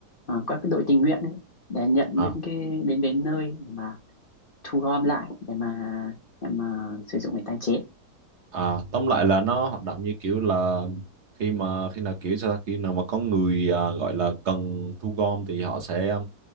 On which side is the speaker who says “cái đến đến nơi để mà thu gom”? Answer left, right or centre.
Left